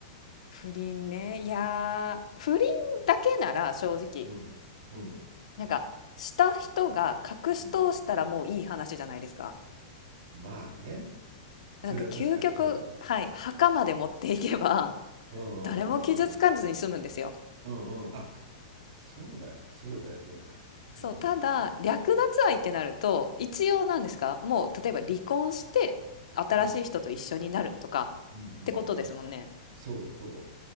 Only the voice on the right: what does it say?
うんうん。うん。
うん。まあね。
それは確かにそうだわ。
うんうんうんうん。
うんうん。あ、そうだよ。そうだよ。そうだよ。
うん。
うん。うんうんうん。そうそう。